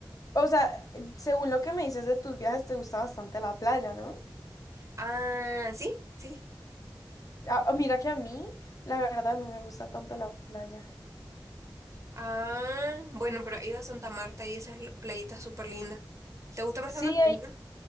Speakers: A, on the left (about 45°); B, on the right (about 40°).
A: o sea, según lo que me dices de tus viajes, te gusta bastante la playa, ¿no?
B: Ah, sí, sí.
A: Ah, mira que a mí, la verdad, no me gusta tanto la playa.
B: Ah, bueno, pero he ido a Santa Marta y esas l- playitas súper lindas. ¿Te gusta más
A: Sí,
B: la montaña?